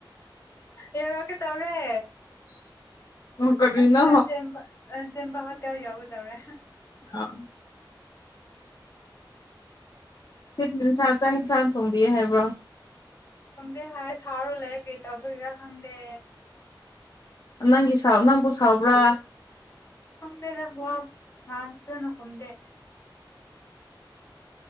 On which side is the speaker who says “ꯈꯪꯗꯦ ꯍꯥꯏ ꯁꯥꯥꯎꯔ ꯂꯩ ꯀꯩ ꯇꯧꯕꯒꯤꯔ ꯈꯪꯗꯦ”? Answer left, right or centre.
Left